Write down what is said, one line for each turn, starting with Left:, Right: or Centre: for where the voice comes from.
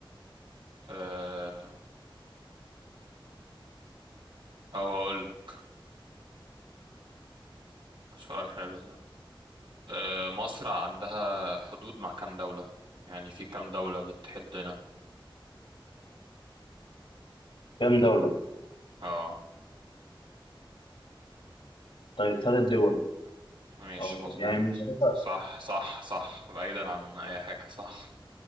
Right: آه... او هقول لك سؤال حلو ده آه... مصر عندها حدود مع كام دولة يعني في كام دولة بتحدنا
Left: كم دولة؟
Right: اه
Left: طيب ثلاث دول
Right: ماشي
Left: أو
Right: مظبوط
Left: يعني من ثلاثة
Right: صح صح صح بعيدا عن اي حاجة صح